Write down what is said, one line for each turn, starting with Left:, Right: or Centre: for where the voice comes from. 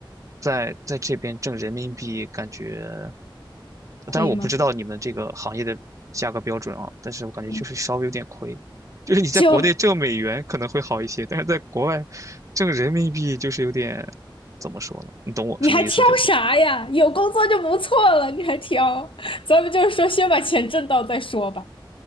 Right: 在在这边挣人民币，感觉，
Left: 可以吗？
Right: 当然我不知道你们这个行业的价格标准啊，但是我感觉就是稍微有点亏，
Left: 嗯，
Right: 就是你在国内挣美元可能会好一些，
Left: 就
Right: 但是在国外挣人民币就是有点，怎么说呢？你懂我什么意思，
Left: 你还挑啥呀？
Right: 对不对？
Left: 有工作就不错了，你还挑？<laughs> 咱们就是说，先把钱挣到再说吧。